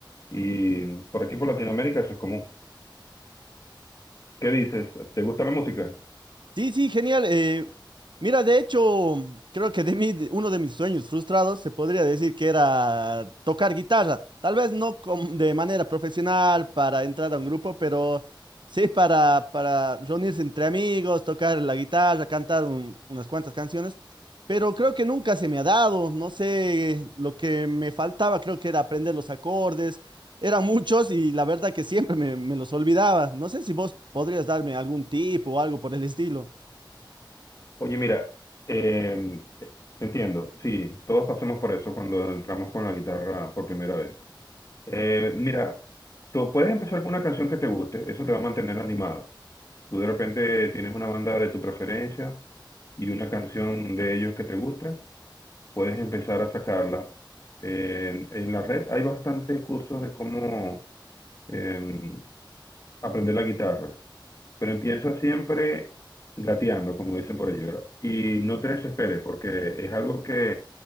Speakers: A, on the left; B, on the right.
A: Y por aquí por Latinoamérica eso es común. ¿Qué dices? ¿Te gusta la música?
B: Sí, sí, genial. eh, mira, de hecho, creo que de mí, de- uno de mis sueños frustrados se podría decir que era tocar guitarra. Tal vez no com- de manera profesional para entrar a un grupo, pero sí para, para reunirse entre amigos, tocar la guitarra, cantar un- unas cuantas canciones. Pero creo que nunca se me ha dado. No sé, lo que me faltaba creo que era aprender los acordes. Eran muchos y la verdad que siempre me, me los olvidaba. No sé si vos podrías darme algún tip o algo por el estilo.
A: Oye, mira, eh, entiendo, sí, todos pasamos por eso cuando entramos con la guitarra por primera vez. Eh, mira, tú puedes empezar con una canción que te guste, eso te va a mantener animado. Tú de repente tienes una banda de tu preferencia y una canción de ellos que te gusta, puedes empezar a sacarla. Eh, en la red hay bastantes cursos de cómo eh, aprender la guitarra, pero empieza siempre gateando, como dicen por allí, ¿verdad? Y no te desesperes, porque es algo que